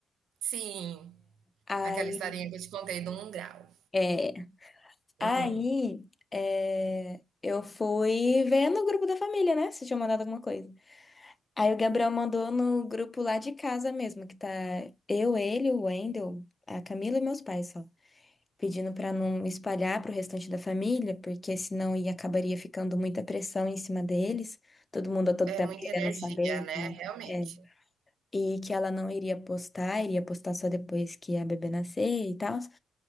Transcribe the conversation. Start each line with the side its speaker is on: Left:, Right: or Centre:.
Right: sim,
Left: Aí,
Right: aquela historinha que eu te contei do um grau.
Left: é, aí,
Right: Uhum.
Left: é, eu fui ver no grupo da família, né? Se tinha mandado alguma coisa. Aí o Gabriel mandou no grupo lá de casa mesmo, que tá eu, ele, o Wendel, a Camila e meus pais só. pedindo para não espalhar para o restante da família, porque senão ia acabaria ficando muita pressão em cima deles, todo mundo a todo
Right: É
Left: tempo
Right: muita
Left: querendo
Right: energia,
Left: saber
Right: né?
Left: e tal.
Right: Realmente.
Left: É. E que ela não iria postar, iria postar só depois que a bebê nascer e tal.